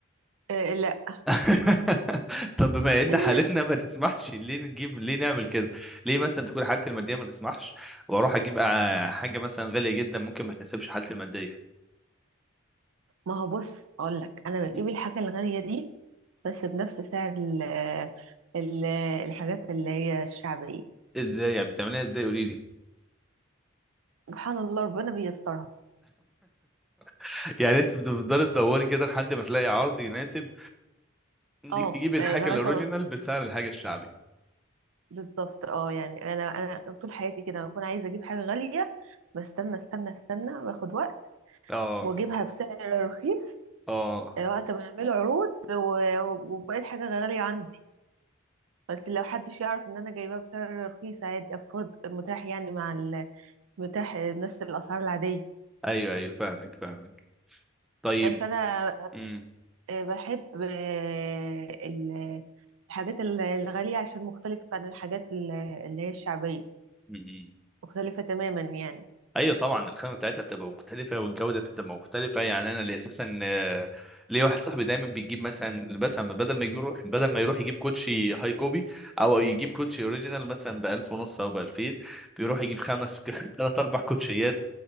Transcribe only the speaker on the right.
إيه لا
<laughs>
ما هو بص أقول لك أنا
بجيب الحاجة الغالية دي بس بنفس سعر ال ال الحاجات اللي هي الشعبية
سبحان الله ربنا بيسرها
اه
إيه، لغاية
ما
بالظبط اه يعني أنا أنا طول حياتي كده بكون عايزة أجيب حاجة غالية بستنى استنى استنى باخد وقت
وأجيبها بسعر رخيص
إيه، وقت ما يعملوا عروض و- وبقت حاجة غالية عندي بس لو حدش يعرف ان انا جايباه بسعر رخيص عادي افورد متاح يعني مع ال- متاح نفس الاسعار العاديه
فانا
آه، بحب آه، ال- الحاجات ال- الغاليه عشان مختلفه عن الحاجات ال- اللي هي الشعبيه
مختلفه تماما يعني